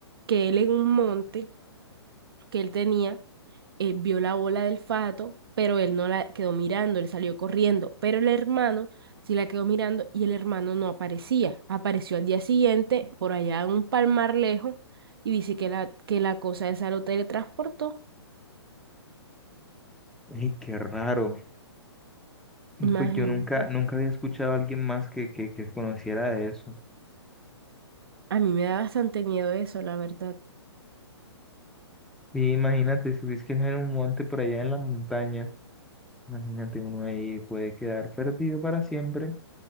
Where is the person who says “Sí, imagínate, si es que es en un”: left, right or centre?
Centre